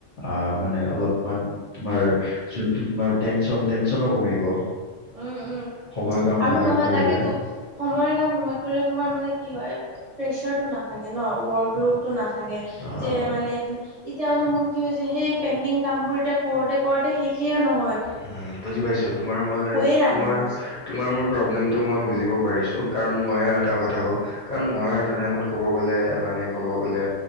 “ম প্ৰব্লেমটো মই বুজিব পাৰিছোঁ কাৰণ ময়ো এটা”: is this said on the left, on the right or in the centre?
Left